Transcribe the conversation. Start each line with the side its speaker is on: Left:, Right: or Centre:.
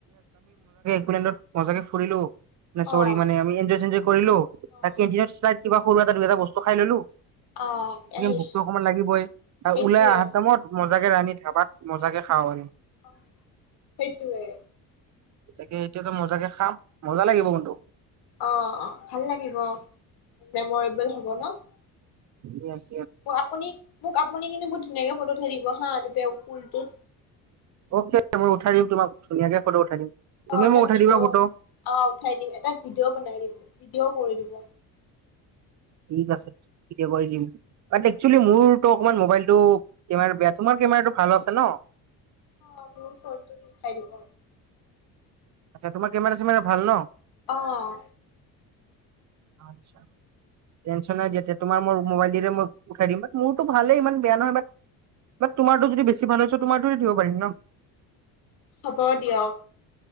Right: একুৱালেণ্ড মজাকে ফুৰিলো। চৰি
Left: অ
Right: মানে আমি এঞ্জয়, চেঞ্জজয় কৰিলো,
Left: অ
Right: তাতে এঞ্জয় সালাইড। কিবা সৰু এটা, দুই এটা বস্তু খাই ললো।
Left: অ আহি।
Right: ভোক ত অকমান লাগিবই,
Left: সেইটোৱে
Right: ওলাই অহাৰ টাইমত মজাকে ৰান্ধি ধাবাত। মজাক কে খাও আমি
Left: অহ সেইটোৱে
Right: তাকে এতিয়াতো মজাকে খাম মজা লাগিব কিন্তু
Left: অ অ ভাল লাগিব মেমৰেবল হব ন
Right: য়েছ
Left: আপুনি মোক আপুনি কিন্তু বহুত ধুনীয়াকে ফটো উঠাই দিব হা তাতে পুলটোত
Right: অকে মই উঠাই দিম তোমাক ধুনীয়াকে ফটো উঠাই দিম
Left: অ
Right: তুমি
Left: এটা
Right: মোক উঠাই
Left: ভিডিঅ
Right: দিবা ফটো
Left: অহ উঠাই দিম এটা ভিডিঅ' বনাই দিম ভিডিঅও কৰি দিব।
Right: ঠিক আছে ভিডিঅ কৰি দিম বাত একচেলি মোৰতো অকমান মোবাইলটো কেমেৰা বেয়া তোমাৰ কেমেৰাটো ভাল আছে ন।
Left: অ মোৰ ফোনটো দি উঠাই দিব।
Right: আচ্ছা তোমাৰ কেমেৰা চেমেৰা ভাল ন।
Left: অঁ
Right: আতছা টেনচন নাই দিয়া তোমাৰ মোৰ মোবাইলৰে মই উঠাই দিম বাট মোৰতো ভালেই ইমান বেয়া নহয় বাট বাত তোমাৰটো যদি বেছি ভাল হয় চো তোমাৰটো দি উঠিব পাৰিম ন
Left: হ'ব দিয়ক।